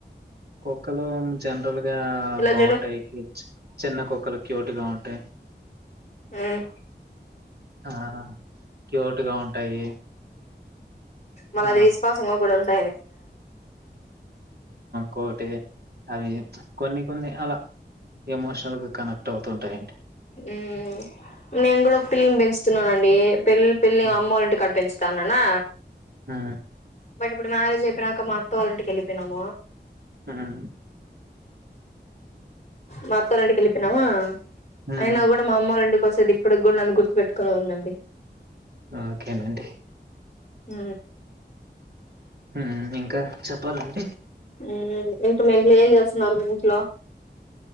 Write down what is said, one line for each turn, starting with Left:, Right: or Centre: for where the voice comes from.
Right: కుక్కలు జన్ టోల్ గా
Left: ఇలా
Right: బాగుంటాయ్
Left: చూడు
Right: చిన్న కుక్కలు క్యూట్ గా ఉంటాయ్
Left: ఉమ్
Right: ఆ క్యూట్ గా ఉంటాయి.
Left: మల
Right: ఆ!
Left: అది విశ్వాసంగా గూడా ఉంట
Right: కోటి అవి ప్చ్ కొన్ని కొన్ని అలా ఎమోషనల్గా కనెక్ట్ అవుతుంటాయండి.
Left: ఉమ్ నేను గూడా ఒక పిల్లిని పెంచుతున్నానండి. పెళ్ పెల్లి
Right: హ్మ్.
Left: అమ్మల్లొంటి కాడ పెంచుతాననా
Right: ఆ
Left: బట్ ఇప్పుడు మ్యారేజ్ చెప్పినంక అత్త వాళ్ళ ఇంటికి వెళ్ళిపోయినము
Right: హ్మ్.
Left: మా అత్తలుంటికి ఎళ్ళిపోయినమూ
Right: హ్మ్.
Left: అయినా గూడా మా అమ్మలుండి వస్తది ఇప్పుటికి గూడా నన్ను గుర్తు పెట్టుకునే ఉందండి.
Right: ఓకేనండి.
Left: ఊ
Right: ఉమ్ ఇంకా చెప్పాలంటే
Left: హ్మ్ ఇంటి ముందు ఏం చేస్తున్నారు మీ ఇంట్లో